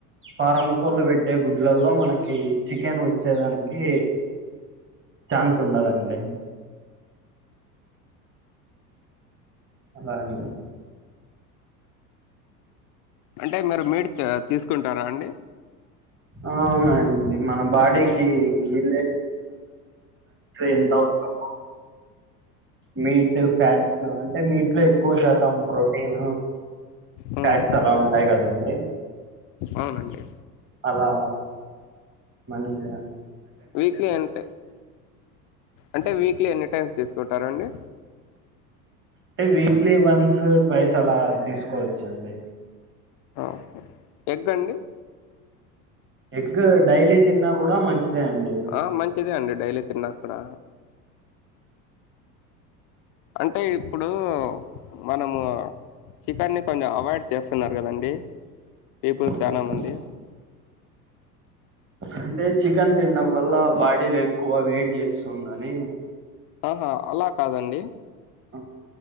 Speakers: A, on the right; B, on the left.
A: ఫారం కోళ్ళు పెట్టే గుడ్లల్లో మనకి చికెన్ వచ్చేదానికి ఛాన్స్ ఉండదండి అలా అండి
B: అంటే మీరు మీట్ తీసుకుంటారా అండి
A: అవునండి మన బాడీకి ఇ ఎంతవసరం మె మీట్ ఫ్యాట్స్ అంటే మీ ఇంట్ లో ఎక్కువ శాతం ప్రోటీన్
B: అవునండి
A: ఫ్యాట్స్ అలా ఉంటాయి కదండి
B: అవునండి
A: అలా మనషియ
B: వీక్లీ ఎంట అంటే వీక్లీ ఎన్ని టైమ్స్ తీసుకుంటారంా. అండి
A: అంటే వీక్లీ వన్స్ ఫోర్ ఫ్రెస్ అలా తీసుకోవచ్చా అండి
B: ఆహా ఎగ్గ్ అండి
A: ఎగ్గ్ డైలీ తిన్నా కూడా మంచిదే అండి
B: ఆ మంచిదే అండి డైలీ తిన్నా కూడా అంటే ఇప్పుడు మనము చికెన్ని కొంచెం అవాయిడ్ చేస్తున్నారు కదండి పీపుల్
A: అవునండి
B: చాలా మంది
A: అంటే చికెన్ తినడం వల్ల బాడీలు ఎక్కువ వయిట్ చేస్తుందని
B: ఆహా అలా కాదండి
A: ఆ